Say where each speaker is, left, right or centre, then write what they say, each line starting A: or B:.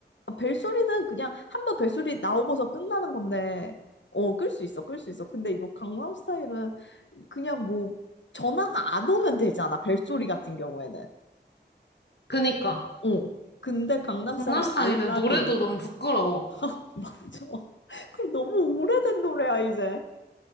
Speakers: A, on the left (about 85°); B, on the left (about 65°).
A: 아, 벨소리는 그냥 한번 벨소리 나오고서 끝나는 건데, 어, 끌 수 있어, 끌 수 있어. 근데 이거 강남 스타일은 그냥 뭐 전화가 안 오면 되잖아, 벨소리 같은 경우에는.
B: 그니까.
A: 어. 근데 강남
B: 강남
A: 스타일
B: 스타일은
A: 알람이니까.
B: 노래도 너무 부끄러워.
A: <laughs> 맞아. 그리고 너무 오래된 노래야, 이제.